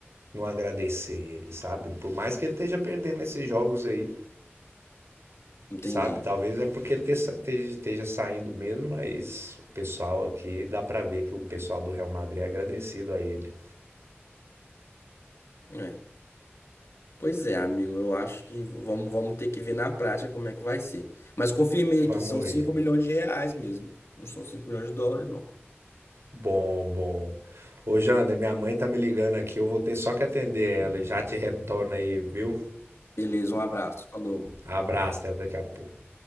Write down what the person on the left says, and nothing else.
Entendi.
É. Pois é, amigo, eu acho que vamos, vamos ter que ver na prática como é que vai ser. Mas confirmei
que são
5 milhões de reais mesmo. Não são 5 milhões de dólares, não.
Beleza, um abraço. Falou.